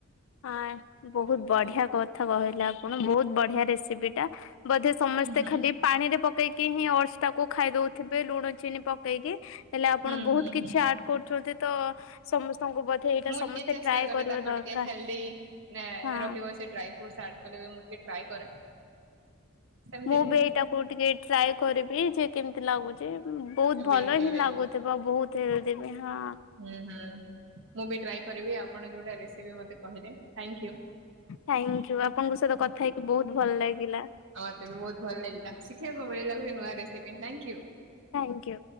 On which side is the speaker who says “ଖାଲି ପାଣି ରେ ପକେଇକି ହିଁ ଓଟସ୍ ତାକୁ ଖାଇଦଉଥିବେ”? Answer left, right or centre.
Left